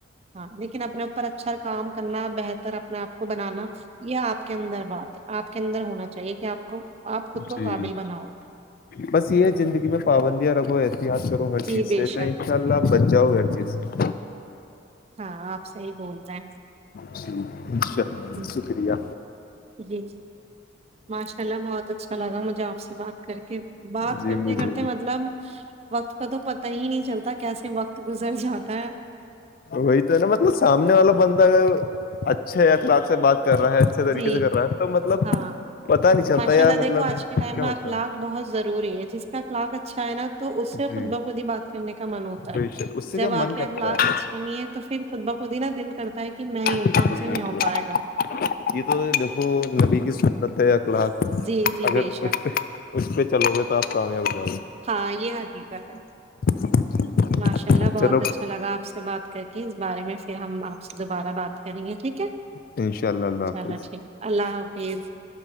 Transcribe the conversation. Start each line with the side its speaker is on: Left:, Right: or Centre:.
Right: لیکن اپنے اوپر اچھا کام کرنا ہے اپنے آپ کو بنانا یہ آپ کے اندر بات ہے آپ کے اندر ہونا چاہیے کہ آپ کو آپ خود کو
Left: ج
Right: قابل بناؤ
Left: بس یہ ہے زندگی میں پابندیاں ر ہو د کرو ہر
Right: جی
Left: چیز سے
Right: بے شک
Left: ان شاء اللہ بچ جؤ ہر چیز سے
Right: ہاں آپ سےحی بولتے ہیں
Left: جی ا شاء
Right: ہم،
Left: شکریہ
Right: جی جی ماشاء اللہ بہت اچھا لگا مجھے آپ سے بات کر کے بات
Left: جی
Right: کرتے
Left: مجھے
Right: کرتے
Left: بھی
Right: مطلب وقت کا تو پتا ہی نہیں چلتا کیسے وقت گزر جاتا ہے
Left: وہی تو ہے نا مطلب سامنے والا بندہ اگر اچھے اخلاق سے بات کر رہا ہے اچھے طریقے
Right: جی
Left: سے کر رہا ہے تو مطلب
Right: ہاں
Left: پتا نہیں چلتا
Right: ماشاء
Left: یار
Right: اللہ
Left: مطلب
Right: دیکھو آج کے ٹائم
Left: کیا
Right: میں
Left: ہوتا
Right: اخلاق
Left: ہے
Right: بہت ضروری ہے جس کا اخلاق اچھا چائنا تو اس سے
Left: جی
Right: خود بہخودی بات کرنے کا من ہوتا ہے
Left: بے شک اس سے
Right: جب
Left: کیا
Right: آپ
Left: من
Right: کے
Left: کرتا
Right: اخلاق
Left: ہے
Right: اچھے نہیں ہے تو پھر خط بخودی نا دل کر ہے کہ نہیں
Left: بالکل
Right: ہم سے
Left: بالکل
Right: نہیں ہو پائے گا
Left: یہ تو دیکو لبی کی سنت ہے ک لاکھ
Right: جی جی
Left: اگر
Right: بے شک
Left: اس پہ اس پہ چلو گے تو آپ کامیاب جاؤ
Right: ہاں یہ حقیقہ ہے
Left: گے
Right: جی ماشاء اللہ بہت
Left: چلو
Right: اچھا لگا آپ سے بات کر کے اس بارے میں پھر ہم آپ سے دوبارہ بات کریں گے ٹھیک ہے
Left: ان شاء اللہ اللہ حافظ
Right: چلو ٹھیک اللہ حافظ